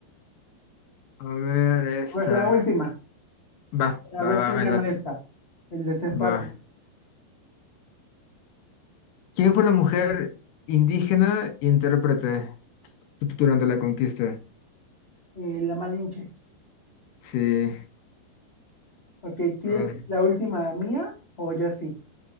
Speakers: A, on the left; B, on the left.
A: A ver, esta.
B: Pues la última,
A: Va,
B: a
A: va,
B: ver
A: va,
B: quién
A: me
B: gana
A: late.
B: esta, el desempate,
A: Va. ¿Quién fue la mujer indígena intérprete durante la conquista?
B: Eh, la Malinche.
A: Sí.
B: Ok, ¿quieres
A: Ay.
B: la última mía o ya sí?